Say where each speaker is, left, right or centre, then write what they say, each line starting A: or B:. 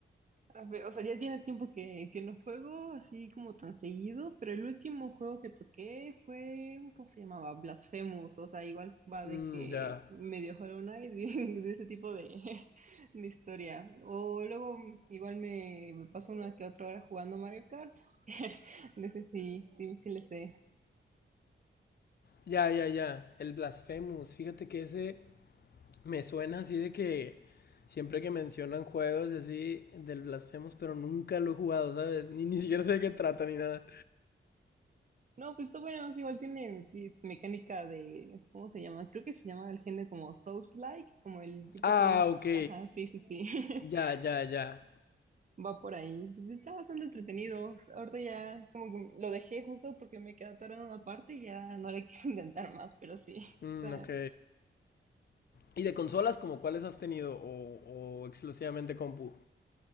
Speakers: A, on the right (about 40°); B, on the left (about 50°).
A: A ver, o sea, ya tiene tiempo que, que no juego así como tan seguido, pero el último juego que toqué fue, ¿cómo se llamaba? Blasphemous, o sea, igual va
B: Mm,
A: de que
B: ya.
A: medio Hollow Knight, <laughs> de, de ese tipo de, <laughs> de historia. O luego igual me, me paso una que otra hora jugando Mario Kart, <laughs> de ese sí, sí, sí le sé.
B: Ya, ya, ya. El Blasphemous. Fíjate que ese me suena así de que siempre que mencionan juegos y así del Blasphemous, pero nunca lo he jugado, ¿sabes? Ni, ni siquiera sé de qué trata ni nada.
A: No, pues está bueno, sí, igual tiene ti- mecánica de, ¿cómo se llama? Creo que se llama el género como Souls-like, como el tipo
B: Ah,
A: Hollow Knight,
B: ok.
A: ajá, sí, sí, sí. <laughs>
B: Ya, ya, ya.
A: Va por ahí. estaba bastante entretenido. Ahorita ya como que lo dejé justo porque me quedé atorado en una parte y ya no le <laughs> quise intentar más, pero sí.
B: Mm,
A: Está...
B: ok. ¿Y de consolas como cuáles has tenido? ¿O, o exclusivamente compu?